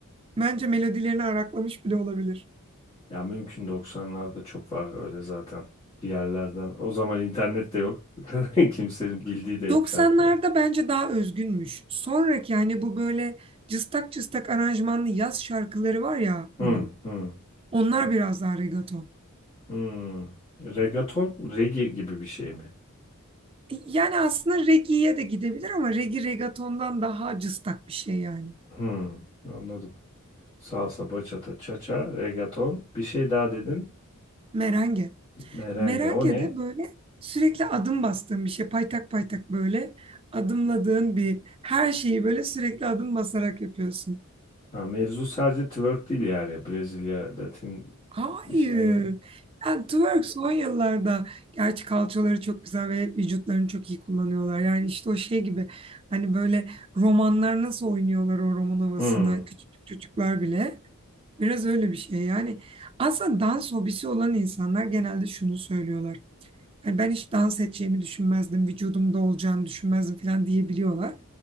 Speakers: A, on the right (about 25°); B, on the left (about 25°).
A: bence melodilerini araklamış bile olabilir.
B: Ya mümkün 90'larda çok var öyle zaten. Bir yerlerden. O zaman internet de yok. <laughs> Kimsenin bildiği de yok
A: 90'larda
B: şarkıları.
A: bence daha özgünmüş. Sonraki yani bu böyle cıstak cıstak aranjmanlı yaz şarkıları var ya
B: Hmm,
A: onun.
B: hmm,
A: Onlar biraz daha reggaeton.
B: hmm. Regaton reggae gibi bir şey mi?
A: Yani aslında reggae'ye de gidebilir ama reggae reggaetondan daha cıstak bir şey yani.
B: Hmm, anladım. Salsa, bachata, cha-cha, regaton. Bir şey daha dedin.
A: Merenge.
B: Merengue.
A: Merenge
B: O ne?
A: de böyle sürekli adım bastığın bir şey. Paytak paytak böyle adımladığın bir her şeyi böyle sürekli adım basarak yapıyorsun.
B: Ha, mevzu sadece twerk değil yani. Brezilya, Latin
A: Hayır.
B: işine gel.
A: Yani twerk
B: <laughs>
A: son yıllarda gerçi kalçaları çok güzel ve vücutlarını çok iyi kullanıyorlar. Yani işte o şey gibi hani böyle romanlar nasıl oynuyorlar o roman havasını
B: Hmm.
A: küçük çocuklar bile. Biraz öyle bir şey. Yani aslında dans hobisi olan insanlar genelde şunu söylüyorlar. Yani ben hiç dans edeceğimi düşünmezdim, vücudumda olacağını düşünmezdim falan diyebiliyorlar.